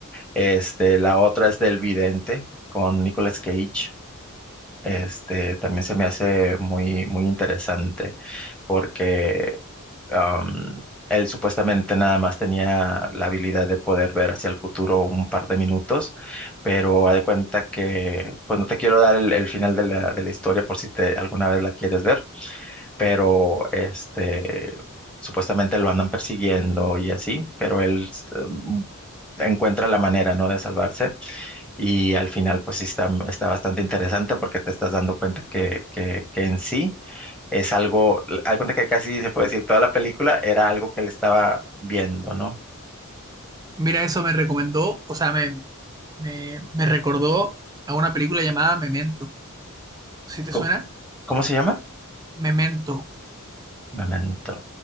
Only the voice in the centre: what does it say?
Este, la otra es del Vidente con Nicolas Cage. Este, también se me hace muy, muy interesante porque Am, él supuestamente nada más tenía la habilidad de poder ver hacia el futuro un par de minutos, pero haz de cuenta que, pues no te quiero dar el, el final de la, de la historia por si te, alguna vez la quieres ver, pero este, supuestamente lo andan persiguiendo y así, pero él em, encuentra la manera, ¿no? de salvarse y al final pues sí está, está bastante interesante porque te estás dando cuenta que, que, que en sí es algo, hay cuenta que casi se puede decir toda la película era algo que él estaba viendo, ¿no?
¿Cómo,
cómo se llama?
Memento.